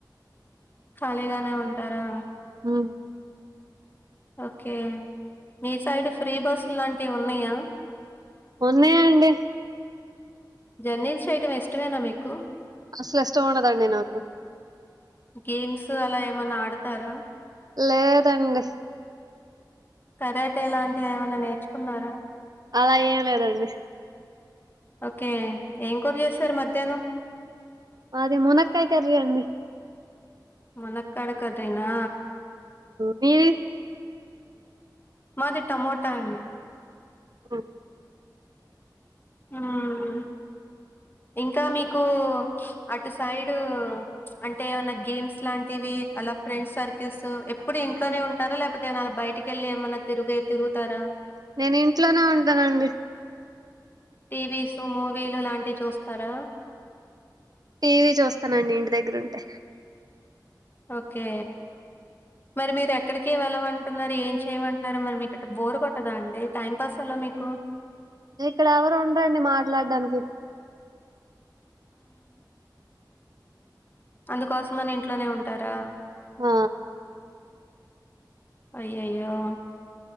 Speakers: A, on the left; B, on the right.
A: ఖాళీగానే ఉంటారా
B: ఉమ్మ్
A: ఓకే మీ సైడ్ ఫ్రీ బస్సు ల్లాంటివి ఉన్నాయా
B: ఉన్నాయ్ అండి
A: జర్నీల్స్ చెయ్యటం ఇష్టమేనా మీకు
B: అస్సలు ఇష్టం ఉండదండి నాకు
A: గేమ్స్ అలా ఏమన్నా ఆడతారా
B: లేదండి
A: కరాటే లాంటివి ఏమన్నా నేర్చుకున్నారా
B: అలా ఏం లేదండి
A: ఓకే ఏం కూర చేశారు మధ్యాహ్నం
B: మాది మునక్కాయ కర్రీ అండి
A: మునక్కాడ కర్రీ నా
B: మీది
A: మాది టమోటా అండ్
B: ఊ
A: ఉమ్మ్ ఇంకా మీకు అటు సైడ్ అంటే ఏమన్నా గేమ్స్ లాంటివి అలా ఫ్రెండ్స్ సర్ కిస్సు ఎప్పుడు ఇంట్లోనే ఉంటారా లేప్ పోతే నాలా బయటికెళ్లి ఏమన్నా తిరుగే తిరుగుతారా
B: నేను ఇంట్లోనే ఉంటానండి
A: టీ వీ స్ మూవీ లు లాంటివి చూస్తారా
B: టీ వీ చూస్తానండి ఇంటి దగ్గరుంటే
A: ఓకే మరి మీరెక్కడకీ వెళ్ళమంటున్నారు ఏం చెయ్యమంటున్నారు మరి మీకిట్ట బోర్ కొట్టదా అండి టైం పాస్ ఎలా మీకు
B: ఇక్కడ ఎవరు ఉండరండి మాట్లాడ్డానికి
A: అందుకోసం అని ఇంట్లోనే ఉంటారా
B: ఆ
A: అయ్యయ్యో